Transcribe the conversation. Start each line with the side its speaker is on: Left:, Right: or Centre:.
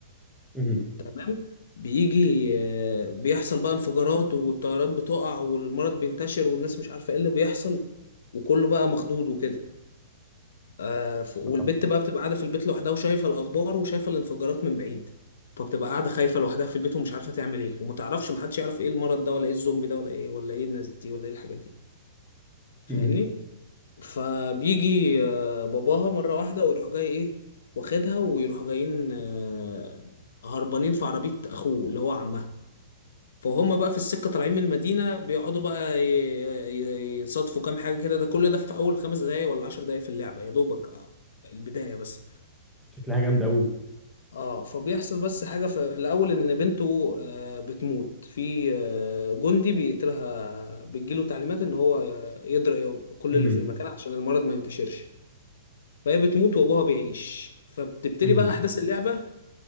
Centre: امم
Left: تمام بيجي آه بيحصل بقى انفجارات والطيارات بتقع والمرض بينتشر والناس مش عارفة ايه اللي بيحصل وكله بقى مخضوض وكده آه ف- والبت
Centre: آه.
Left: بقى بتبقى قاعدة في البيت لوحدها وشايفة الأخبار وشايفة الانفجارات من بعيد فبتبقى قاعدة خايفة لوحدها في البيت ومش عارفة تعمل ايه وما تعرفش محدش يعرف ايه المرض ده ولا ايه الزومبي ده ولا ايه ولا ايه الناس دي ولا ايه الحاجات دي فاهمني
Centre: امم
Left: فبيجي آه، باباها مرة واحدة ويروح جاي ايه واخدها ويروحوا جايين آه، هربانين في عربية اخوه اللي هو عمها فهم بقى في السكة طالعين من المدينة بيقعدوا بقى ي- ي- يصادفوا كام حاجة كده ده كل ده في أول خمس دقايق ولا عشر دقايق في اللعبة يا دوبك آه، البداية بس
Centre: شكلها جامده قوي
Left: اه فبيحصل بس حاجة في الأول إن بنته آه، بتموت في آه، جندي بيقتلها بيجيله تعليمات إن هو آه، يضرب كل
Centre: امم
Left: اللي في المكان عشان المرض ما ينتشرش فهي بتموت وابوها بيعيش فبتبتدي
Centre: امم
Left: بقى احداث اللعبه